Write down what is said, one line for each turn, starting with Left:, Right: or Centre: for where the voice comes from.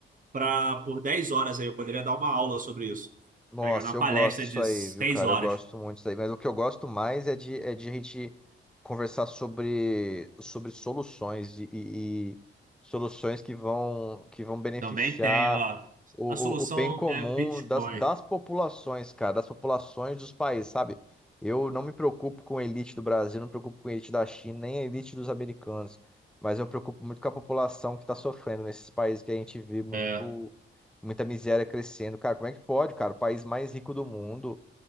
Right: pra, por 10 horas aí. Eu poderia dar uma aula sobre isso.
Centre: Nossa,
Right: Tá ligado? Uma
Centre: eu
Right: palestra
Centre: gosto disso
Right: de
Centre: aí,
Right: seis
Centre: viu, cara?
Right: horas.
Centre: Eu gosto muito disso aí. Mas o que eu gosto mais é de, é de a gente conversar sobre, sobre soluções e, e- e soluções que vão, que vão beneficiar
Right: Também tem, ó.
Centre: o,
Right: A solução
Centre: o, o bem comum
Right: é Bitcoin.
Centre: das, das populações, cara, das populações dos países, sabe? Eu não me preocupo com a elite do Brasil, não me preocupo com a elite da China, nem a elite dos americanos. Mas eu me preocupo muito com a população que está sofrendo nesses países que a gente vê muito
Right: É,
Centre: muita miséria crescendo. Cara, como é que pode, cara? O país mais rico do mundo,